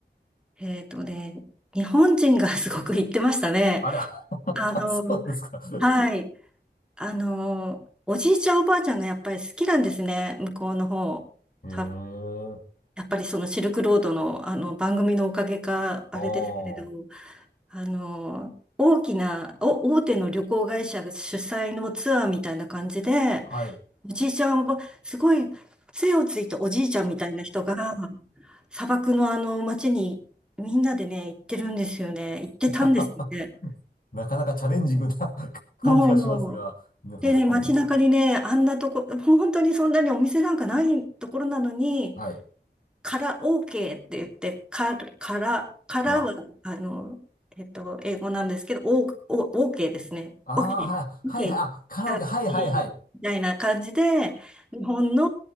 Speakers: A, in the centre; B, on the left.
A: えっとね、日本人がすごく行ってましたね。
B: あれ、
A: あの、
B: <laughs> そうですか。<laughs>
A: はい。あの、おじいちゃんおばあちゃんがやっぱり好きなんですね、向こうの方。
B: へえ。
A: た、やっぱりそのシルクロードの、あの番組のおかげか、あれですけれど、
B: ああ。
A: あの、大きな、お、大手の旅行会社が主催のツアーみたいな感じで、
B: はい。
A: おじいちゃんは、すごい杖をついたおじいちゃんみたいな人が、砂漠のあの街にみんなでね、行ってるんですよね。行ってたんですよね。
B: <laughs> なかなかチャレンジングな <laughs> 感じがしますが、
A: もう、
B: 皆さん好きなんですね。
A: でね、街中にね、あんなとこ、もう本当にそんなにお店なんかないところなのに、
B: はい。
A: から OK って言って、から、から、からは、
B: から。
A: あの、えっと、英語なんですけど、お、お、OK ですね。
B: ああ、
A: OK、OK、
B: はい、はい、はい。あカラオケ、
A: から、OK
B: はい、はい、はい。
A: みたいな感じで、日本の